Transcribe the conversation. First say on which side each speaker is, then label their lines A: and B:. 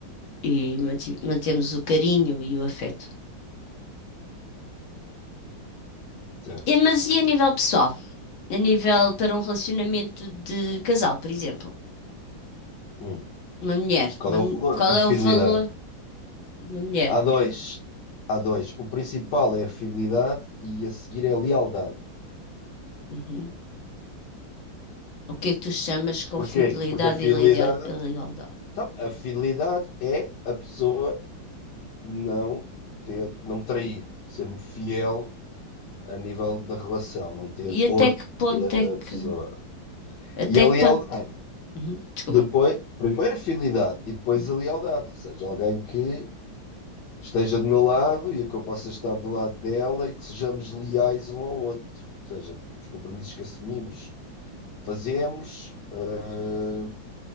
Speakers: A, on the left (about 80°); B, on the left (about 65°).
A: e manti- mantemos o carinho e o afeto.
B: Certo.
A: E- mas e a nível pessoal? A nível para um relacionamento de casal, por exemplo,
B: Hum.
A: uma mulher,
B: Qual
A: uma
B: é o
A: mu-
B: valor?
A: qual
B: A
A: é
B: fidelidade.
A: o valor de uma mulher?
B: Há dois. Há dois. O principal é a fidelidade e a seguir é a lealdade.
A: Uhum. O que é que tu chamas com
B: Porquê?
A: fidelidade
B: Porque a fidelidade.
A: e leida- e lealdade?
B: Então, a fidelidade é a pessoa não ter, não me trair, ser-me fiel a nível da relação, não ter
A: E
B: outra
A: até que ponto é que.
B: pessoa. E
A: Até
B: a lealdade.
A: que ponto. Uhum, Desculpa.
B: Depois, primeiro a fidelidade e depois
A: Uhum.
B: a lealdade, ou seja, alguém que esteja do meu lado e que eu possa estar do lado dela e que sejamos leais um ao outro. Ou seja, os compromissos que assumimos, fazemos, uh,